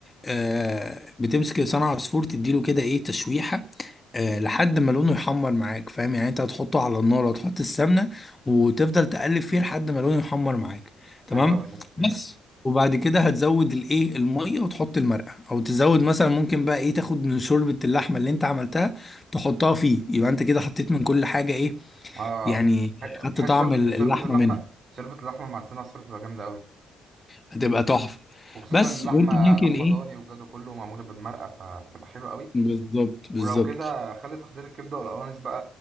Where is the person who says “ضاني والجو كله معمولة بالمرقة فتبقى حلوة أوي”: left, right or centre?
Right